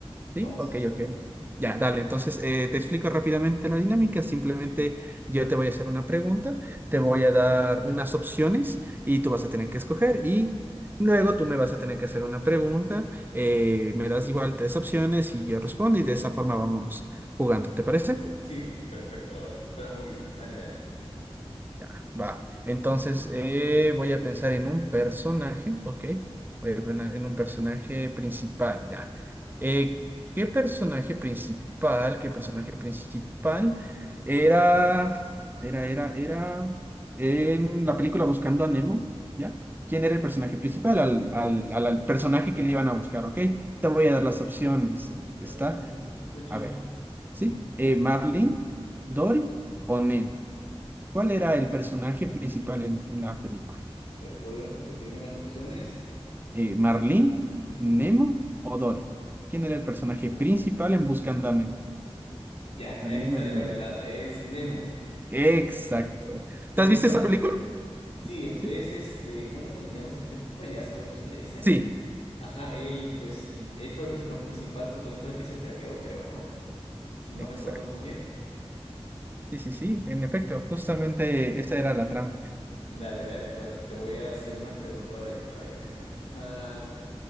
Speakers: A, on the right; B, on the left.
A: ¿Sí?
B: Vamos
A: Ok,
B: a empezar.
A: ok. Ya, dale. Entonces, eh, te explico rápidamente la dinámica. Simplemente
B: Sí,
A: yo te voy a hacer una pregunta, te voy a dar unas opciones y tú vas a tener que escoger y luego tú me vas a tener que hacer una pregunta. eh, me das igual tres opciones y yo respondo y de esa forma vamos jugando. ¿Te parece?
B: sí, perfecto, la verdad. Suena muy bien. Dale, dale.
A: Ya, va. Entonces, eh, voy a pensar en un personaje, ¿ok? Voy a pensar en un personaje principal, ya. Eh, ¿qué personaje principal, qué personaje principal era, era, era, era en la película Buscando a Nemo, ¿ya? ¿Quién era el personaje principal? Al, al, al, al personaje que le iban a buscar, ¿ok? Te voy
B: Sí.
A: a dar las opciones. Está,
B: A ver, te, te escucho.
A: a ver,
B: Mm.
A: ¿sí? Eh, Marlin, Dory o Nemo. ¿Cuál era el personaje principal en, en la película?
B: A ver, ¿podrías repetirme las opciones?
A: Eh, ¿Marlene,
B: Ujú.
A: Nemo o Dory? ¿Quién era el personaje
B: Uy,
A: principal en Buscando a Nemo?
B: ya, a
A: Adivina,
B: esa está
A: adivinador.
B: regalada. Es Nemo.
A: Exacto.
B: Sí,
A: ¿Te
B: me
A: has
B: acuerdo
A: visto esa
B: que.
A: película?
B: Sí, el
A: Sí.
B: pez, este, ¿cómo se le llama este pez? Pez payaso, creo que se le dice.
A: Sí,
B: Ajá, él, pues, él fue el personaje principal porque él fue el que se perdió, creo, ¿no? Si no
A: exacto.
B: recuerdo muy bien.
A: Sí, sí, sí, en efecto, justamente esa era la trama.
B: Dale, dale. Bueno, te voy a hacer una pregunta ahora yo. A ver, déjame pensar.